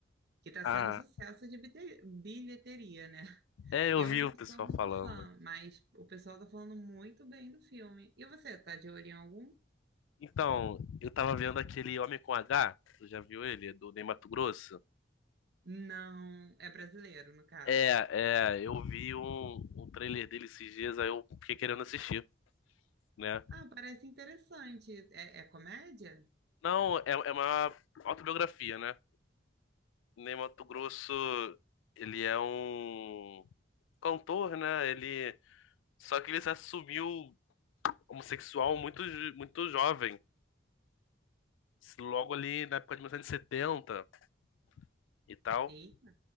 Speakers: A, on the right; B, on the left.
A: que tá
B: Ah,
A: sendo sucesso de bite- bilheteria, né?
B: é, eu
A: Eu
B: vi
A: não
B: o
A: sou
B: pessoal
A: muito
B: falando.
A: fã, mas o pessoal tá falando muito bem do filme. E você, tá de olho em algum?
B: Então, eu tava vendo aquele Homem com H, tu já viu ele? Do Ney Matogrosso?
A: Não, é brasileiro, no caso.
B: É, é, eu vi um, um trailer dele esses dias, aí eu fiquei querendo assistir, né?
A: Ah, parece interessante. É, é comédia?
B: Não, é, é uma autobiografia, né? Ney Mato Grosso, ele é um cantor, né? Ele só que ele se assumiu homossexual muito jo- muito jovem, logo ali na época de 1970 e setenta e tal.
A: Eita,